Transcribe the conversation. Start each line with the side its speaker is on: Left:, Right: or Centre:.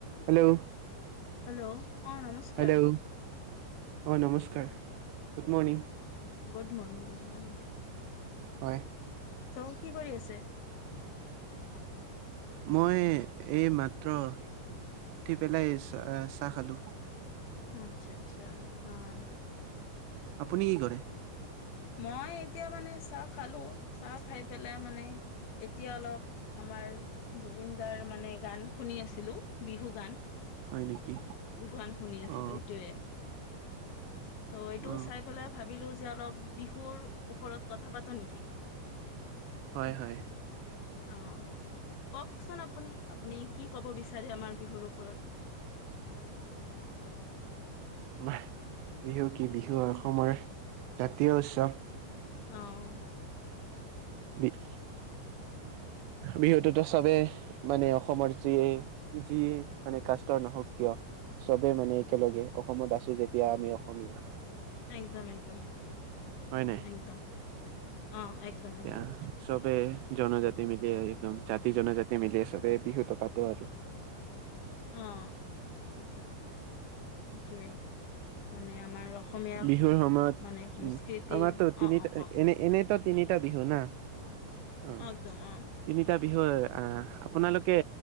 Right: Hello
Left: hello অ' নমস্কাৰ।
Right: Hello অ' নমস্কাৰ গুড মৰ্ণিং।
Left: অ নমস্কাৰ গুড মৰ্ণিং গুড মৰ্ণিং।
Right: হয়।
Left: চ' কি কৰি আছে
Right: মই এই মাত্ৰ উঠি পেলাই চ চাহ খালোঁ।
Left: আচ্ছা আচ্ছা অ'।
Right: আপুনি কি কৰে?
Left: মই এতিয়া মানে চাহ খালো চাহ খাই পেলাই মানে এতিয়া অলপ আ আমাৰ জুবিন দাৰ মানে গান শুনি আছিলো বিহু গান
Right: হয় নেকি
Left: বান শুনি আছিলো
Right: অ
Left: এইটোৱে। ত' এইটো
Right: অ
Left: চাই পেলাই ভাবিলো যে অলপ বিহুৰ ওপৰত কথা পাতো নেকি?
Right: হয়, হয়।
Left: অ' কওঁকচোন আপুনি আপুনি কি ক'ব বিচাৰে আমাৰ বিহুৰ ওপৰত।
Right: আমাৰ বিহু কি বিহু অসমৰ জাতীয় উৎসৱ।
Left: অ'
Right: বিক
Left: <inaudible>
Right: বিহুততো চবেই মানে অসমৰ যিয়ে যি মানে কাষ্টৰ নহওঁক কিয়। চবে মানে একেলগে অসমত আছো যেতিয়া আমি অসমীয়া
Left: একদম একদম
Right: হয় নাই
Left: একদম আহ একদম
Right: এতিয়া
Left: একদম।
Right: চবে জনজাতি মিলি একদম জাতি জনজাতি মিলি চবে বিহুতো পাতো আৰু।
Left: আহ। সেটোয়ে মানে আমাৰ অসমীয়া
Right: বিহুৰ সময়ত
Left: মানে সংস্কৃতিৰ
Right: উ আমাৰতো তিনিটা
Left: অ অ কওক
Right: এনে এনে ত তিনিটা বিহু না অ
Left: একদম অ
Right: তিনি বিহু আহ আপোনালোকে